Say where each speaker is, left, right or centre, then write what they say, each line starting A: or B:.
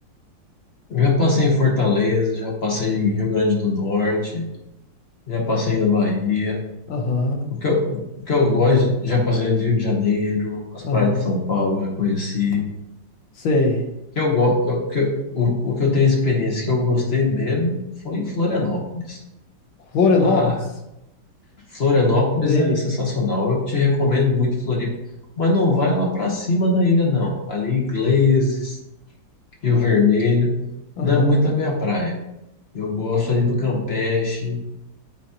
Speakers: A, on the left; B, on the left.
A: Eu já passei em Fortaleza, já passei em Rio Grande do Norte, já passei na Bahia.
B: Aham,
A: O que eu, o que eu gosto, já passei do Rio de Janeiro, as
B: aham.
A: praias de São Paulo, já conheci.
B: Sei.
A: O Que eu, go- o, que eu, o, o que eu tenho experiência que eu gostei mesmo foi em Florianópolis.
B: Florianópolis?
A: Ah, Florianópolis
B: Sei.
A: é sensacional. Eu te recomendo muito Floripa, mas não vai lá para cima da ilha, não. Ali, Ingleses, Rio Vermelho,
B: Aham.
A: não é muito a minha praia. Eu gosto ali do Campeche,